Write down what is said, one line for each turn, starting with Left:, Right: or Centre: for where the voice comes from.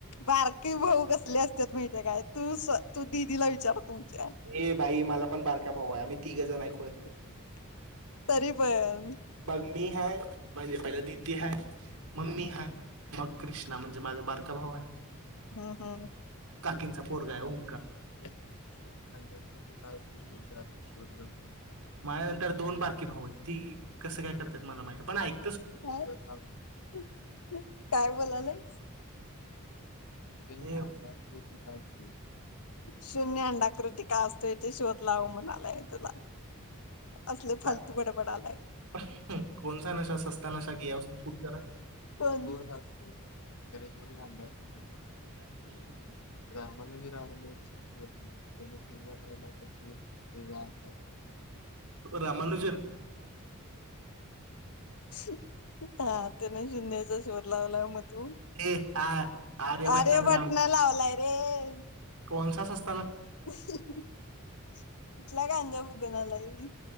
Left: बारकी भाऊ कसले असत्यात माहितीे हाय काय? तू स तू दिदीला विचार? तुमच्या
Right: ये बाई मला पण पार <unintelligible> भाऊ हाय आम्ही तिघेजण हाय.
Left: <inaudible> तरी पण
Right: बाकी मी है, म्हणजे पहिला दिदी है, मम्मी हा मग कृष्णा म्हणजे माझा बारका भाऊ हाय.
Left: हम्म हम्म.
Right: काकींचा पोरगा हाय ओम.
Left: त्यात सेम अंडर वेअर काय तो तुझा शोध लावून येऊया म्हणला.
Right: माझ्या नंतर दोन बारकीे भाऊ आहेत. ती कसं काय करत्यात मला माहित <unintelligible> पण ऐक.
Left: काय <inaudible> काय बोलालय? शून्य
Right: हे
Left: अंडा कृती <unintelligible> शून्य अंडा कृती का असतोय तेे शोध लाव म्हणालाय तुला.
Right: <unintelligible>
Left: असले फालतू बडबडालाय कोण <unintelligible>
Right: <inaudible>
Left: <unintelligible> आय लव दूर ते जातंय. <inaudible>
Right: रामानुज
Left: <inaudible> चालतंय मी शून्याचा शोध लावला मग. तू
Right: ए आ आर्यभट्टाने
Left: अरे वटन लावलाय रे ह
Right: पन्सास अस
Left: कठला खांजा भूगणालाय ह